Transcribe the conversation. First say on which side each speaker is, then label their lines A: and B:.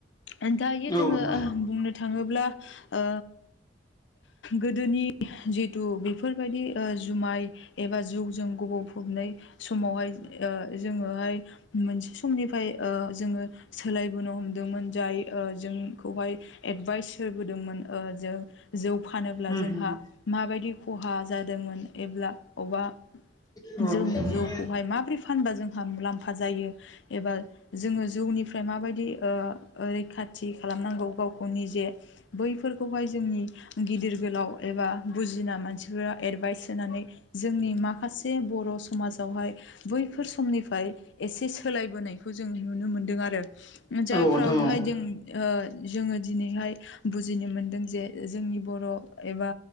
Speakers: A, on the left; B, on the left.
A: ओंखायनो
B: औ
A: जोङो
B: नोंथां
A: ओ बुंनो थाङोब्ला ओ गोदोनि जितु बेफोरबायदि ओ जुमाय एबा जौजों गबावफबनाय समावहाय ओ जोङोहाय मोनसे समनिफ्राय ओ जोङो सोलायबोनो हमदोंमोन जाय ओ जों खौआय एडभाइस होबोदोंमोन ओ जों जौ फानोब्ला
B: उम
A: जोंहा
B: उम
A: माबायदि खहा जादोंमोन एब्ला अबा
B: औ
A: जोङो
B: औ
A: जौखौहाय माबोरै फानबा जोंहा मुलामफा जायो एबा जोङो जौनिफ्राय माबायदि ओ ओ रैखाथि खालामनांगौ गावखौ निजे बैफोरखौहाय जोंनि गिदिर गोलाव एबा बुजिना मानसिफोरा एडभाइस होनानै जोंनि माखासे बर' समाजावहाय बैफोर समनिफ्राय एसे सोलायबोनाय खौ जों नुनो मोनदों आरो जायफ्रावहाय
B: नोंथां औ नोंथां
A: जों ओ जोङो दिनैहाय बुजिनो मोनदों जे जोंनि बर' एबा